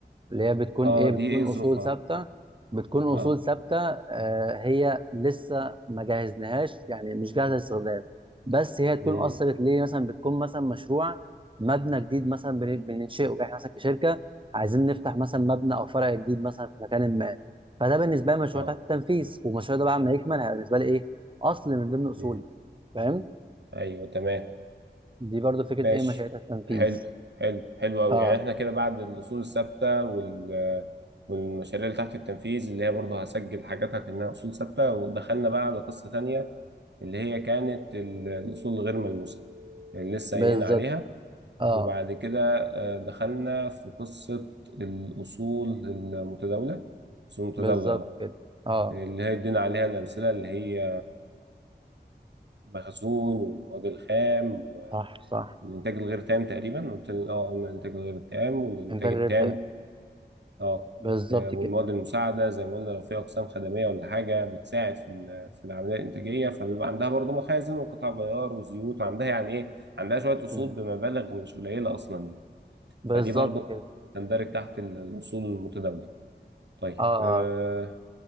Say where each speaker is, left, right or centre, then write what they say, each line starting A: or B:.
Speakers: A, on the right; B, on the right.
A: اللي هي بتكون
B: آه
A: ايه بتكون
B: دي ايه
A: اصول
B: ظروفها
A: ثابته بتكون اصول
B: اه
A: ثابته آه هي لسه ما جهزناهاش يعني مش جاهزه للاستخدام بس هي تكون
B: امم
A: اثرت ليه مثلا بتكون مثلا مشروع مبنى جديد مثلا بن- بننشئه احنا مثلا كشركه عايزين نفتح مثلا مبنى او فرع جديد مثلا في مكان ما فده بالنسبه لي مشروع
B: اه
A: تحت التنفيذ والمشروع ده بعد ما يكمل هيبقى بالنسبه لي ايه اصل من ضمن اصولي
B: امم
A: فاهم
B: ايوه تمام
A: دي برضو فكره
B: ماشي
A: ايه مشاريع تحت التنفيذ
B: حلو حلو حلو قوي
A: اه
B: يعني احنا كده بعد الاصول الثابته وال والمشاريع اللي تحت التنفيذ اللي هي برضه هسجل حاجاتها كأنها أصول ثابتة ودخلنا بقى على قصة تانية اللي هي كانت ال- الأصول الغير ملموسة اللي لسه
A: بالظبط
B: قايلين عليها
A: اه
B: وبعد كده آه، دخلنا في قصة الأصول المتداولة الأصول المتداولة
A: بالظبط
B: اه
A: كده اه
B: اللي هي ادينا عليها الأمثلة اللي هي المخزون والمواد الخام
A: صح صح
B: الانتاج الغير تام تقريبا قلت لنا اه قلنا الانتاج الغير التام والانتاج
A: انتاج
B: التام
A: غير تام
B: اه
A: بالظبط
B: آه، والمواد
A: كده
B: المساعده زي ما قلنا لو في اقسام خدميه ولا حاجه بتساعد في ال- في العمليه الانتاجيه فبيبقى عندها برضو مخازن وقطع غيار وزيوت وعندها يعني ايه عندها شويه اصول
A: مم.
B: بمبالغ مش قليله اصلا يعني
A: بالظبط
B: فدي برضو
A: كده
B: تندرج تحت ال- الاصول المتداوله طيب
A: اه اه
B: آه